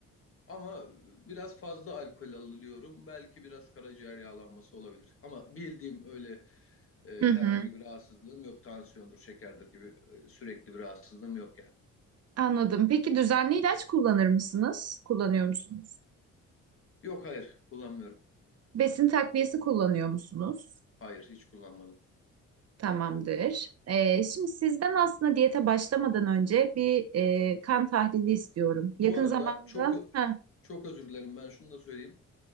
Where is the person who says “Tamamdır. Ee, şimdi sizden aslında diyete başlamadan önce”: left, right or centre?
Right